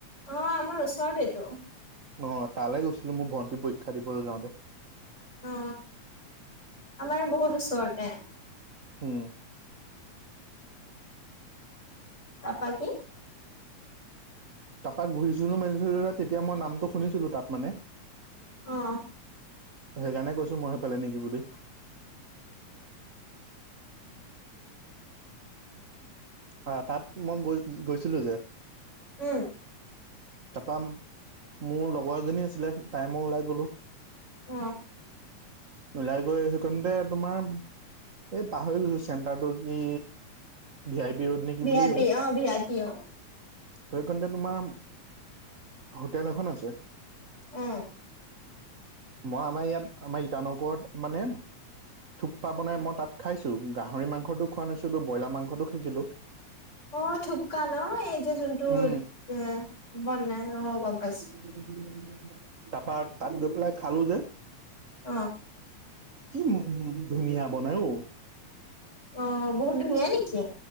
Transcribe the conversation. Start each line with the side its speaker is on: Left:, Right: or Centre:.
Left: অ আমাৰ ওচৰতেটো।
Right: অ তালে গৈছিলো মোৰ ভণ্টি পৰীক্ষা দিবলৈ যাওঁতে।
Left: অ আমাৰ বহুত ওচৰতে।
Right: হম।
Left: তাপাকি
Right: তা পা ঘূৰিছিলো মেলিছিলোঁ তেতিয়া মই নামটো শুনিছিলো তাত মানে।
Left: অ।
Right: সেইকাৰণে কৈছো মই সেইফালে নেকি বুলি। অ তাত মই গৈ গৈছিলো যে,
Left: উম।
Right: তা পা মোৰ লগৰ এজনী আছিলে তাই মই ওলাই গলোঁ।
Left: অ।
Right: ওলাই গৈ সেইকাৰণতে তোমাৰ এই পাহৰি গৈছো চেণ্টাৰ টো কি ভি আই পি ৰোড নেকি
Left: ভি
Right: বুলি
Left: আই
Right: কয়।
Left: পি অ ভি আই পি অ
Right: সেইখনতে তোমাৰ হোটেল এখন আছে।
Left: অ।
Right: মই আমাৰ ইয়াত আমাৰ ইটানগৰত মানে থোপা বনাই তাত খাইছোঁ গাহৰি মাংসটো খোৱা নাছিলোঁ ব্ৰইলাৰ মাংসটো খাইছিলোঁ।
Left: অ থোপকা ন এই যে যোনটো
Right: উম
Left: এ বনাই অ গম পাইছোঁ।
Right: <unintelligible> তা পা তাত গৈ পেলাই খালো যে,
Left: অ।
Right: কি উ উ ধুনীয়া বনাই ঔ।
Left: অ বহুত ধুনীয়া নেকি?